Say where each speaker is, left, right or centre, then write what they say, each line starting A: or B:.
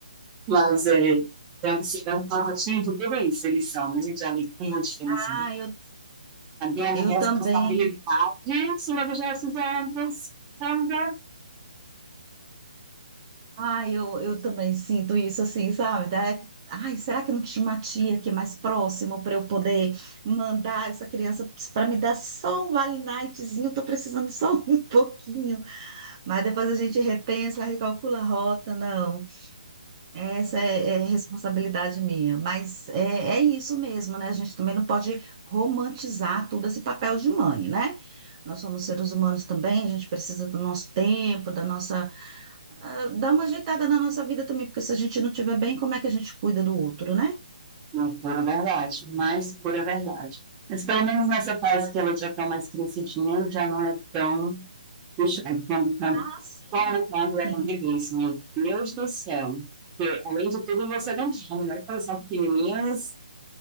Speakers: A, on the right (about 20°); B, on the right (about 35°).
A: Mas é, é um é um pacotinho de tudo isso, eles são, né, de alegria, de felicidade
B: Ah, eu,
A: a grande
B: eu
A: responsabilidade
B: também.
A: sobre os nossos ombros também.
B: Ah, eu, eu também sinto isso assim, sabe? Da- Ai, será que não tinha uma tia aqui mais próxima para eu poder mandar essa criança para me dar só um Vale Nightzinho? Tô precisando só <laughs> um pouquinho. Mas depois a gente repensa, recalcula a rota, não. Essa é, é responsabilidade minha. Mas é, é isso mesmo, né? A gente também não pode romantizar todo esse papel de mãe, né? Nós somos seres humanos também, a gente precisa do nosso tempo, da nossa ah, dar uma ajeitada na nossa vida também, porque se a gente não estiver bem, como é que a gente cuida do outro, né?
A: Não é pura verdade, mas pura verdade. Mas pelo menos nessa fase que ela já está mais crescidinha, já não é tão puxada quando, quando,
B: Ah, sim.
A: quando, quando
B: Sim,
A: ela me diz, meu Deus do céu, que além de tudo você não tem a melhor coração pequenininhas,